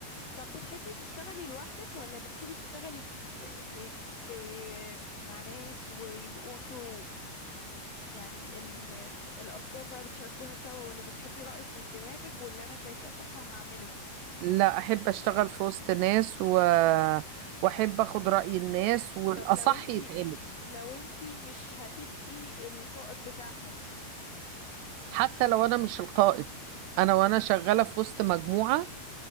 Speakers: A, on the left; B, on the right.
A: طب بتحبي تشتغلي لوحدك ولا بتحبي تشتغلي في في في, في مع ناس ويبقوا انتوا يعني ال الافكار بقى بتشاركوها سوا ولا بتحبي رايك من دماغك واللي انا شايفاه صح هعمله
B: لا أحب أشتغل في وسط ناس و... وأحب أخد رأي الناس والأصح
A: طب لو انتي
B: يتعمل
A: لو انتي مش هتبقي القائد بتاعهم
B: حتى لو أنا مش القائد أنا وأنا شغالة في وسط مجموعة